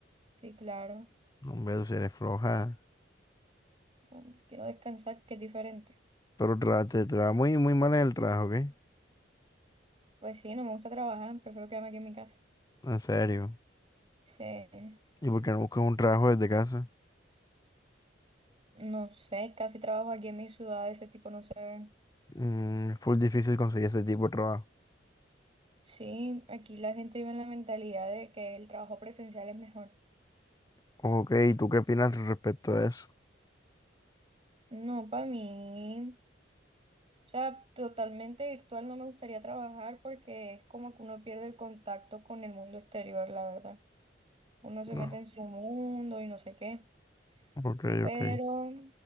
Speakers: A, on the right; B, on the left.
A: Sí, claro.
B: No, Hombre, tú si eres floja.
A: Mm, Quiero descansar, que es diferente.
B: Pero tra- te, te va muy, muy mal en el trabajo, ¿qué?
A: Pues sí, no me gusta trabajar, prefiero quedarme aquí en mi casa.
B: En serio.
A: Sí,
B: ¿Y por qué no buscas un trabajo desde casa?
A: no sé, casi trabajo aquí en mi ciudad, de ese tipo no se ven.
B: Mm, es full difícil conseguir ese tipo de trabajo.
A: Sí, aquí la gente vive en la mentalidad de que el trabajo presencial es mejor.
B: Ok, ¿y tú qué opinas respecto a eso?
A: No, para mí. O sea, totalmente virtual no me gustaría trabajar porque es como que uno pierde el contacto con el mundo exterior, la verdad. Uno se
B: No.
A: mete en su mundo y no sé qué.
B: Ok,
A: Pero
B: ok.